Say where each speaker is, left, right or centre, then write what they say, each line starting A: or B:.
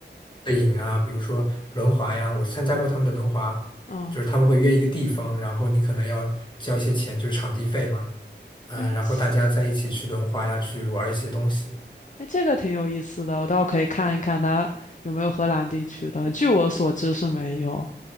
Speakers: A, on the left (about 25°); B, on the left (about 40°).
A: 影啊，比如说轮滑呀，我参加过他们的轮滑，
B: 嗯，
A: 就是他们会约一个地方，然后你可能要交一些钱，就是场地费嘛。嗯、
B: 哎其
A: 然后大家在一起去轮滑呀，去玩一些东西，
B: 哎这个挺有意思的，我倒可以看一看它有没有荷兰地区的。据我所知是没有，